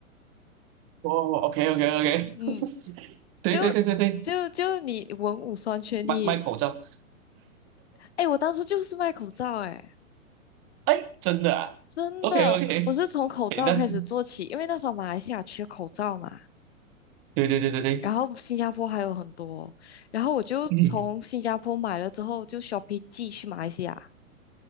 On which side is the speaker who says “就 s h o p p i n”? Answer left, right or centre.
Left